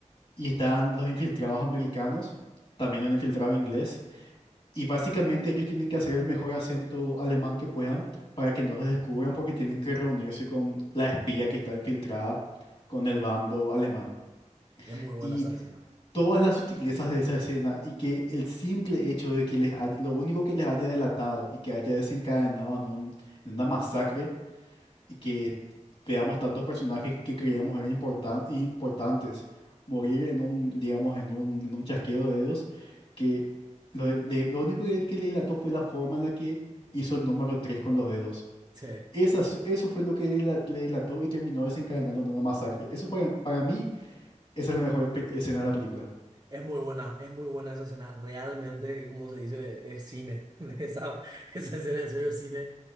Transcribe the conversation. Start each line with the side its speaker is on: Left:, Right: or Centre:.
Left: y están los infiltrados americanos, también un infiltrado inglés, y básicamente ellos tienen que hacer el mejor acento alemán que puedan para que no se descubran porque tienen que reunirse con la espía que está infiltrada con el bando alemán.
Right: es muy buena
Left: Y
Right: esa escena.
Left: todas las sutilezas de esa escena y que el simple hecho de que les hay- lo único que les haya delatado y que haya desencadenado en, un- en una masacre y que veamos tantos personajes que creíamos eran importan- importantes morir en un, digamos, en un, en un chasqueo de dedos, que lo, le- lo único que, que le delató fue la forma en la que hizo el número 3 con los dedos.
Right: Sí,
Left: Esas- eso fue lo que le, dela- le delató y terminó desencadenando en una masacre. Eso para, para mí, esa es la mejor pe- escena de la película.
Right: es muy buena, es muy buena esa escena. Realmente, como se dice, es cine. <laughs> Esa, esa escena en serio es cine.